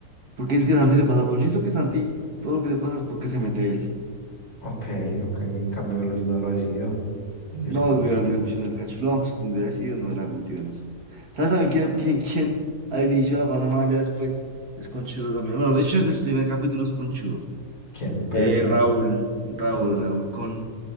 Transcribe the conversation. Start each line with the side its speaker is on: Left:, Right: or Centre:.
Right: Porque es que a Santi le pasa, pero yo siento que Santi, todo lo que le pasa es porque se mete él.
Left: Ok, ok. En cambio, Luis no lo decidió, de cierta
Right: No,
Left: manera.
Right: güey, al mismo pichón del cachulón, pues, donde hubiera sido, no hubiera metido en eso. ¿Sabes también quién, quién, quién al inicio la pasa mal, ya después es conchudo también? Bueno, de hecho, desde el primer capítulo es conchudo.
Left: ¿Quién? Pedro.
Right: Eh, Raúl, Raúl,
Left: Raúl.
Right: Raúl, con,